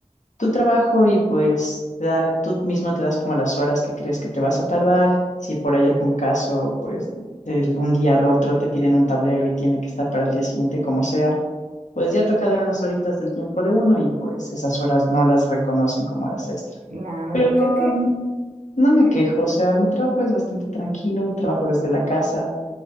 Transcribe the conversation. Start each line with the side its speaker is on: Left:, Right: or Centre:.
Left: tu trabajo y pues da- tú mismo te das como las horas que crees que te vas a tardar. Si por ahí algún caso, pues de un día al otro te piden un tablero y tiene que estar para el día siguiente como sea, pues ya toca dar unas horitas del tiempo de uno y pues esas horas no las reconocen como horas extra.
Right: Claro,
Left: Pero mm,
Right: creo que...
Left: no me
Right: que-
Left: quejo, o sea, mi trabajo es bastante tranquilo, trabajo desde la casa.